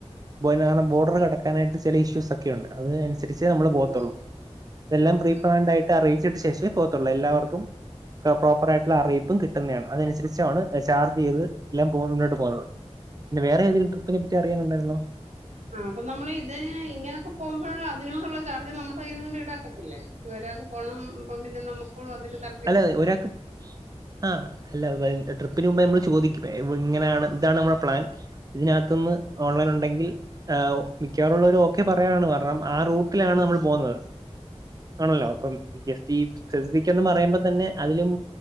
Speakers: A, on the right; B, on the right.
A: ബോയ് <unintelligible> ബോഡർ കടക്കാനായ്ട്ട് ചെല ഇഷ്യൂസൊക്കെ ഉണ്ട്. അത് അനുസരിച്ചെ നമ്മള്
B: ഉം,
A: പോവത്തുള്ളു ഇതെല്ലാം
B: ഉം.
A: പ്രീപ്രാൻഡായിട്ട് അറിയിച്ചിട്ട് ശേഷെ പോവത്തുള്ളു. എല്ലാവർക്കും. പ്രോപ്പറായിട്ട്ള്ള അറീപ്പും കിട്ടുനാണ് അത് അനുസരിച്ചു ആണ് ചാർജീത് എല്ലാം പോ മുന്നോട്ട് പോവുന്നത്. പിന്നെ വേറെ ഏതെങ്കിലും ട്രിപ്പിനെപ്പറ്റി അറിയുന്നുണ്ടായിരുന്നോ
B: ആഹ് അപ്പൊ നമ്മളെ ഇത് ഇങ്ങനൊക്കെ പോവുമ്പള് അതിനോട്ള്ള ചാർജ് നമ്മ്ടെ കയ്യിന്ന്ണ്ട് ഈടാക്കത്തില്ലെ? ഒരാക്ക് പോണം. അപ്പൊ പിന്നെ നമ്മക്ക് അതില് ത
A: അല്ലത് ഒരാക്ക് ആഹ് അല്ല. ട്രിപ്പിന് മുമ്പെ മ്മള് ചോദിക്കും. ഇങ്ങനേണ് ഇതാണ് ഞമ്മളെ പ്ലാൻ ഇതിനകത്ത്ന്ന് ഓൺലൈനുണ്ടെങ്കിൽ ആഹ് മിക്കവാറുള്ളോരും ഓക്കെ പറയാണ് കാരണം. ആഹ് റൂട്ടിലാണ് ഞമ്മള് പോവുന്നത് ആണല്ലൊ. അപ്പം എസ്ജീ ചെസ്ബിക്കൊന്നും വേ മ്പതന്നെ അതിലും.